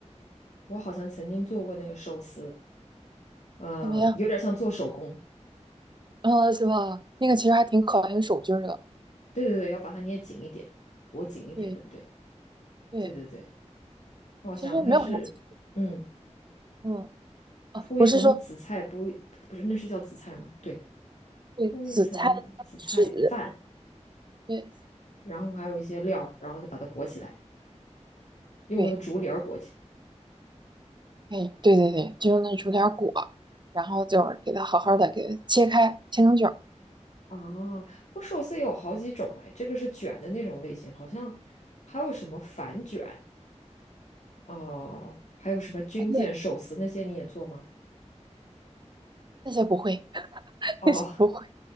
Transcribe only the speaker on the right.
怎么样？
啊，是吧？那个其实还挺考验手劲儿的。
对，
对，
其实没有啥，技术，
嗯，啊，
不是说
对紫菜的那个籽，
对
对，哎，对对对，就用那煮点儿果，然后就是给它好好的给它切开，切成卷儿。
啊，对，那些不会，<laughs>
那些不会，